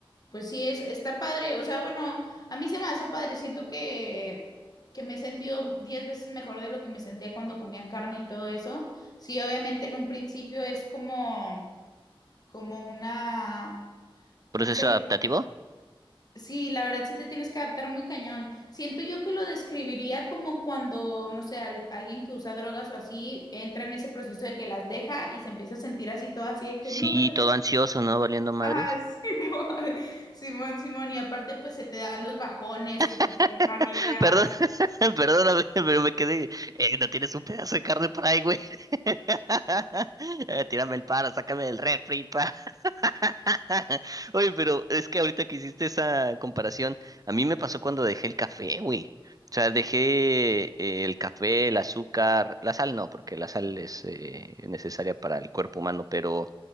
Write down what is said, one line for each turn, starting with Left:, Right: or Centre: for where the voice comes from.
Left: pues sí, es, está padre. O sea, bueno, a mí se me hace padre. Siento que, que me he sentido diez veces mejor de lo que me sentía cuando comía carne y todo eso. Sí, obviamente en un principio es como, como una... ¿Cómo
Right: ¿Proceso
Left: se le
Right: adaptativo?
Left: Sí, la verdad sí te tienes que adaptar muy cañón. Siento yo que lo describiría como cuando, no sé, al- alguien que usa drogas o así entra en ese proceso de que las deja y se empieza a sentir así todo así de que
Right: Sí,
Left: no las...
Right: todo ansioso, ¿no? Valiendo madres.
Left: Ah, <laughs> Simón, Simón, Simón. Y aparte pues se te dan los bajones, que
Right: <laughs>
Left: si te mareas.
Right: Perdón, <laughs> perdóname, pero me quedé. eh, no tienes un pedazo de carne por ahí, güey. <laughs> Eh, Tírame el paro, sácame del refri, pa. <laughs> Oye, pero es que ahorita que hiciste esa comparación, a mí me pasó cuando dejé el café, güey. O sea, dejé eh, el café, el azúcar, la sal no, porque la sal es eh, necesaria para el cuerpo humano, pero